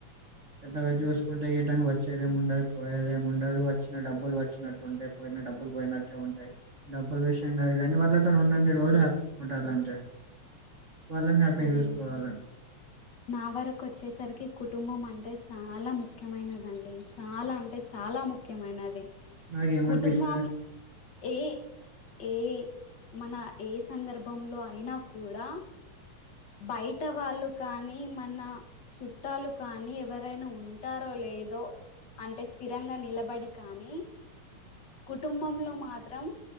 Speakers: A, on the right (about 35°); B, on the left (about 50°).
A: పెద్దగా చూసుకుంటే ఈ టైమ్ వచ్చేదేముండదు పోయేదేముండదు వచ్చిన డబ్బులు వచ్చినట్టే ఉంటాయి పోయిన డబ్బులు పోయినట్టే ఉంటాయి డబ్బులు విషయం కాదు కానీ వాళ్ళతోను ఉన్న అన్ని రోజులు <inaudible> ఉంటాలంటే వాళ్ళని హ్యాపీగా
B: సరేనండి
A: చూసుకోవాలి
B: నా వరకు వచ్చేసరికి కుటుంబం అంటే చాలా ముఖ్యమైనదండి చాలా అంటే చాలా ముఖ్యమైనది
A: నాకేమనిపిస్తది
B: కుటుంబం ఏ ఏ మన ఏ సందర్భంలో అయినా కూడా బయట వాళ్ళు కానీ మన చుట్టాలు కానీ ఎవరైనా ఉంటారో లేదో అంటే స్థిరంగా నిలబడి కానీ కుటుంబంలో మాత్రం